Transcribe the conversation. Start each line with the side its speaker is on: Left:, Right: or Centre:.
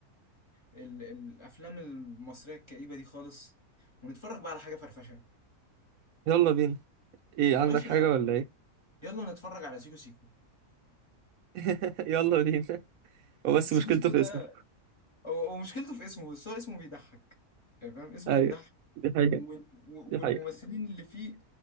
Left: ال الافلام المصرية الكئيبة دي خالص ونتفرج بقى على حاجة فرفشة
Right: يلا بينا ايه عندك
Left: يا باشا
Right: حاجه ولا ايه
Left: يلا نتفرج على سيكو سيكو
Right: <laughs> يلا بينا هو بس
Left: سيكو
Right: مشكلته
Left: سيكو
Right: في
Left: ده
Right: اسمه
Left: هو هو مشكلته في اسمه بس هو اسمه بيضحك يعني فاهم اسمه
Right: ايوه
Left: بيضحك
Right: دي حقيقه
Left: وال- و-
Right: دي
Left: والممثلين
Right: حقيقه
Left: اللي فيه